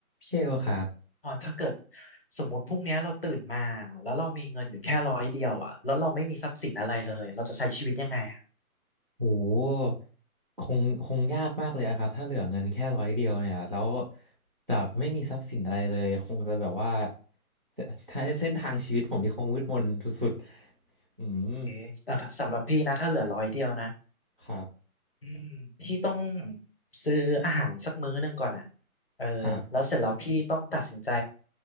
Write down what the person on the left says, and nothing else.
ตอนถ้าเกิดสมมติพรุ่งเนี้ยเราตื่นมาแล้วเรามีเงินอยู่แค่ร้อยเดียวอ่ะแล้วเราไม่มีทรัพย์สินอะไรเลยเราจะใช้ชีวิตยังไงอ่ะ
เอ๊ะแต่สำหรับพี่นะถ้าเหลือร้อยเดียวนะ
อืมพี่ต้องซื้ออาหารสักมื้อหนึ่งก่อนอ่ะเออแล้วเสร็จแล้วพี่ต้องตัดสินใจ